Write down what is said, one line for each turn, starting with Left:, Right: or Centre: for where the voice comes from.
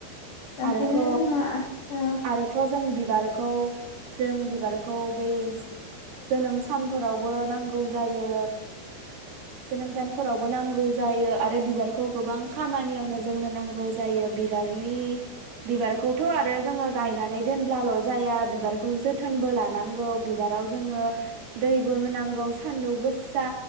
Left: ओंखायनो
Right: आरोथ'
Left: जोङो ओ
Right: आरोथ' जों बिबारखौ जों बिबारखौ बै जो-जोनोम सानफोरावबो नांगौ जायो जोनोम सानफोरावबो नांगौ जायो आरो बिबारखौ गोबां खामानियावनो जोंनो नांगौ जायो बिबारनि बिबारखौथ' आरो जोङो गायनानै दोनब्लाल जाया बिबारखौ जोथोनबो लानांगौ बिबाराव जोङो दैबो होनांगौ सानदुं गोसा